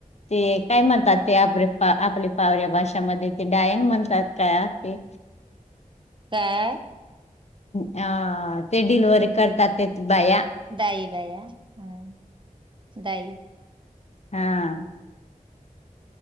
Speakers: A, on the left (about 50°); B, on the right (about 35°).
A: ते काय म्हणतात आपल्या पावऱ्या भाषामध्ये ते डायन म्हणतात का ते.
B: काय?
A: अ तें <unintelligible> करतात. बाया
B: दाई बा हं दाई.
A: हा.